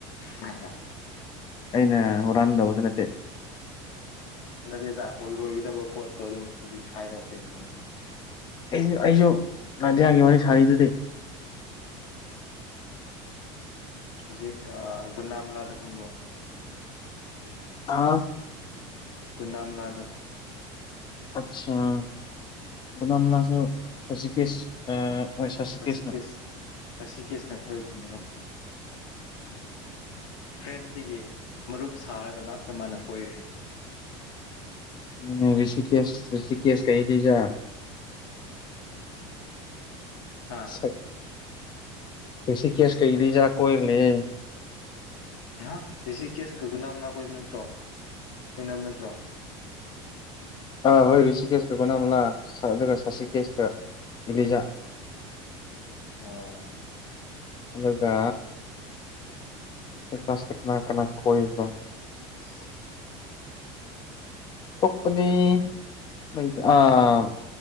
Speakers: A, on the left; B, on the left.
A: ꯍ ꯍꯥ ꯍꯥ
B: ꯑꯩꯅ ꯍꯨꯔꯥꯟꯗꯕꯁꯨ ꯅꯠꯇꯦ
A: ꯅꯠꯇꯦꯗ ꯑꯣꯏꯔꯣꯏꯒꯗꯕ ꯄꯣꯠꯇꯣ ꯑꯗꯨꯝ ꯍꯧꯖꯤꯛ ꯍꯥꯏꯔꯒ ꯀꯩ ꯇꯧꯅꯤ
B: ꯑꯩꯖꯨ ꯑꯩꯖꯨ ꯅꯗꯤꯌꯥꯒꯤ ꯋꯥꯔꯤ ꯁꯥꯔꯤꯗꯨꯗꯤ
A: ꯍꯧꯖꯤꯛ ꯒꯨꯅꯥꯝꯂꯥꯗꯣ ꯈꯪꯕ꯭ꯔꯣ
B: ꯍꯥ
A: ꯀꯨꯅꯥꯝꯂꯥꯗꯣ
B: ꯑꯁꯥ ꯒꯨꯅꯥꯝꯂꯥꯁꯨ ꯍꯧꯖꯤꯛꯀꯤꯁ ꯑ ꯍꯣꯏ ꯁꯁꯤꯀꯦꯁꯅ
A: ꯔꯁꯤꯀꯦꯁ ꯔꯁꯤꯀꯦꯁꯅ ꯀꯣꯢꯕꯅꯤꯀꯣ ꯐ꯭ꯔꯦꯟꯗꯒꯤ ꯃꯔꯨꯞ ꯁꯥꯔꯒ ꯂꯥꯁꯇ ꯃꯥꯅ ꯀꯣꯏꯈ꯭ꯔꯦ
B: ꯎꯝ ꯔꯤꯁꯤꯀꯦꯁ ꯔꯤꯁꯤꯀꯦꯁ ꯀ ꯏꯂꯤꯖꯥ
A: ꯍꯥ
B: ꯁꯛ ꯔꯤꯁꯤꯀꯦꯁꯀ ꯏꯂꯤꯖꯥ ꯀꯣꯏꯔꯂꯩꯌꯦ
A: ꯑꯦꯍꯥ ꯔꯤꯁꯤꯀꯦꯁꯀ ꯒꯨꯅꯥꯝꯂꯥ ꯀꯣꯏꯕ ꯅꯠꯇ꯭ꯔꯣ ꯀꯣꯏꯅꯝ ꯅꯠꯇ꯭ꯔꯣ
B: <unintelligible> ꯇꯥꯗꯦ ꯑꯥ ꯍꯣꯏ ꯔꯤꯁꯤꯀꯦꯁꯀ ꯒꯣꯅꯃꯂꯥ ꯁ ꯑꯗꯨꯒ ꯁꯥꯁꯤꯀꯦꯁꯀ ꯏꯂꯤꯖꯥ <unintelligible> ꯋꯥ ꯉꯥꯡꯗ꯭ꯔꯦ
A: ꯑꯣ
B: ꯑꯗꯨꯒ ꯈꯣꯏ ꯀꯂ꯭ꯥꯁꯇ ꯀꯅꯥ ꯀꯅꯥ ꯀꯣꯏꯕ꯭ꯔꯣ
A: <unintelligible>
B: ꯇꯣꯞꯄꯗꯤ ꯂꯩꯇ ꯑꯝ